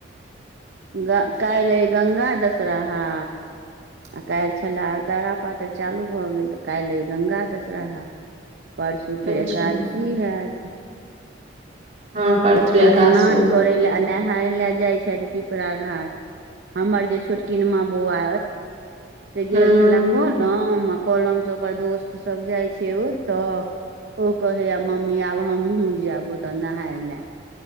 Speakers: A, on the right; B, on the right.
A: ग काल्ह रहै गंगा दशराहा आ काल्हि छले आरदरा पातरि चालू भऽ गेल तऽ काल्हि अइ गंगा दशराहा। परसू फेर
B: अच्छा
A: एकादशी हैत।
B: हँ परसू
A: कतेक
B: एकादशी
A: स्नान
B: हूँ
A: करय लए आ नहाय लए जाइ छथि पिपरा घाट हमर जे छोटकिन माँ बौआ से गेल
B: नहि
A: छले कहलम कहलमसँ ओकर दोस्त सभ जाइ छै ओतऽ ओ कहे आ मम्मी आब हमहुँ जेब ओतऽ नहाय ले